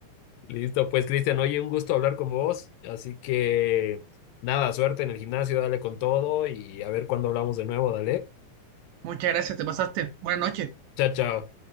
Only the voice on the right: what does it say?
Muchas gracias, te pasaste. Buenas noches.